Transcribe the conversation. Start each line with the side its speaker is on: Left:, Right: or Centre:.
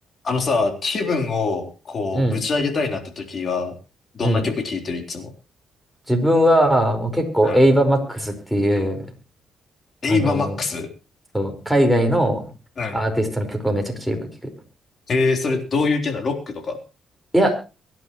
Left: あのさ、気分をこう、
Centre: うん、
Left: ぶち上げたいなって時は、どんな曲聴いてるいつも。
Centre: うん。自分はもう結構エイバ・
Left: うん、
Centre: マックスっていう、あの、
Left: エイバーマックス。
Centre: そう、海外のアーティストの曲をめちゃくちゃよく聞く。
Left: うん、ええそれどういう系なのロックとか。
Centre: いや、